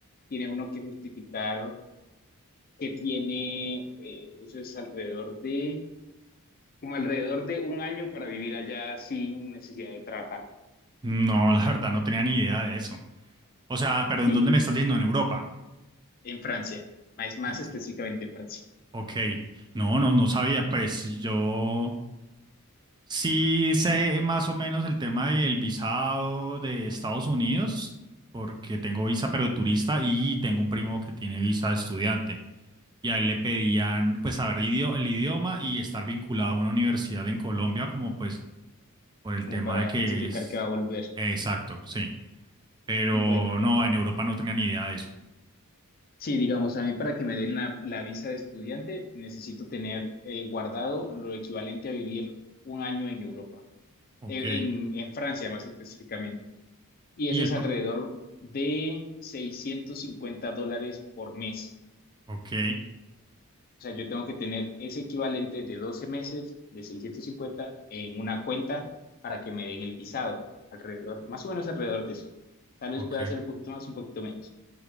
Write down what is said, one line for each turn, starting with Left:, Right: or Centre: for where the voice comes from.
Left: tiene uno que justificar que tiene, eh, eso es alrededor de, como alrededor de un año para vivir allá sin necesidad de trabajar.
Right: No, <laughs> la verdad no tenía ni idea de eso. O sea, pero
Left: Sí,
Right: ¿en dónde
Left: en,
Right: me estás yendo? ¿En Europa?
Left: en Francia, más, más
Right: Eh,
Left: específicamente en Francia,
Right: ok. No, no, no sabía. Pues yo sí sé más o menos el tema del visado de Estados Unidos, porque tengo visa pero de turista y tengo un primo que tiene visa de estudiante. y a él le pedían pues saber idio- el idioma y estar vinculado a una universidad en Colombia como pues por el
Left: como
Right: tema
Left: para
Right: de que
Left: justificar
Right: es
Left: que va a volver.
Right: eh, exacto, sí. Pero
Left: Bueno, no.
Right: no, en Europa no tenía ni idea de eso.
Left: Sí, digamos, a mí para que me den la, la visa de estudiante necesito tener eh, guardado lo equivalente a vivir un año en Europa,
Right: Ok.
Left: en, en- en Francia más específicamente. Y
Right: Y
Left: eso
Right: el
Left: es
Right: pro-
Left: alrededor de 650 dólares por mes.
Right: ok,
Left: O sea, yo tengo que tener ese equivalente de 12 meses de 650 en una cuenta para que me den el visado, alrededor, más o menos alrededor de eso. Tal vez
Right: ok.
Left: pueda ser un poquito más, un poquito menos.